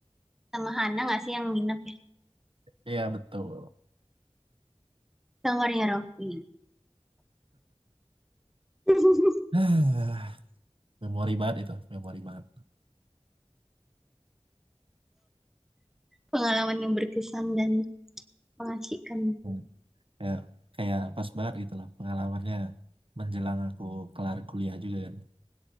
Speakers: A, in the centre; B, on the right.
A: sama Hana nggak sih yang nginep ya
B: iya betul
A: kamarnya Raffi <laughs>
B: <sighs> memori banget itu memori banget
A: pengalaman yang berkesan dan mengasihkan
B: Hmm. kayak kayak pas banget gitu lah pengalamannya menjelang aku kelar kuliah juga kan